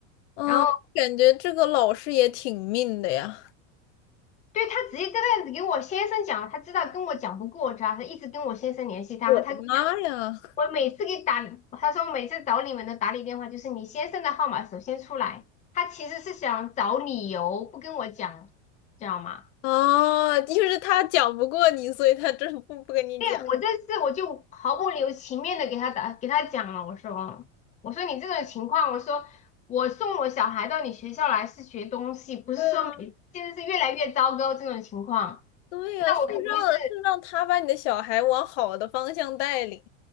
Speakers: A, on the left; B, on the left.
A: 嗯，
B: 然后
A: 感觉这个老师也挺命的呀。
B: 对，他直接这个样子给我先生讲，他知道跟我讲不过他，他一直跟我先生联系他，
A: 我的妈呀！
B: 他跟我讲，我每次给打，他说每次找你们的打理电话就是你先生的号码首先出来，他其实是想找理由不跟我讲，知道吗？
A: 啊，就是他讲不过你，所以他真不不跟你讲。
B: 对，我这次我就毫不留情面的给他打，给他讲了，我说，我说你这种情况，我说我送我小孩到你学校来是学东西，不是说每现在是越来越糟糕这种情况。
A: 对啊，对呀，
B: 那我肯定是，
A: 是让是让他把你的小孩往好的方向带领。